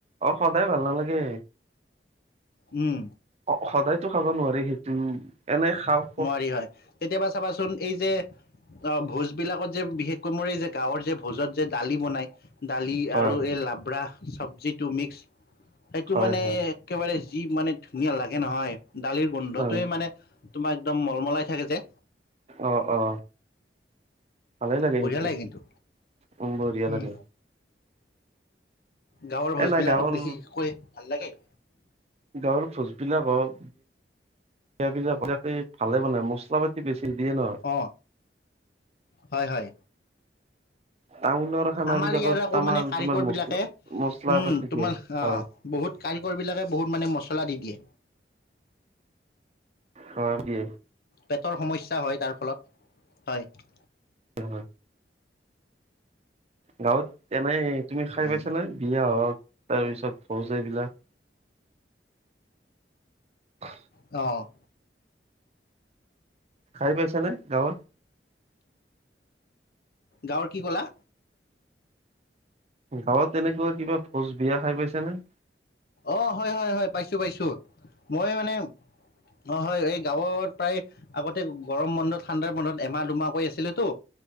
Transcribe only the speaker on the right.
অ সদায় ভাল নালাগে
অ সদায়তো খাব নোৱাৰি সেইটো এনে খাও
হয়
হয়
হয়।
হয়
অ অ ভালেই লাগে
সেইটো
উম বঢ়িয়া
লাগে
এ নাই গাঁৱৰ
গাঁৱৰ ভোজবিলাকৰ শাকবিলাক আকে ভালে বনায় মছলা পাতি বেছি দিয়ে নহ
টাউন খানা
বিলাকত
তমাৰ
তোমাৰ মচলা
মছলা
পাতি
দিয়ে
হয়
খ বি
উম গাঁৱত এনেই তুমি খাই
পাইছা নে বিয়া হওক তাৰ পিছত ভোজ এইবিলাক অ
খাই পাইছা নে গাঁৱৰ
গাঁৱত তেনেকুৱা কিবা ভোজ বিয়া খাই পাইছানে?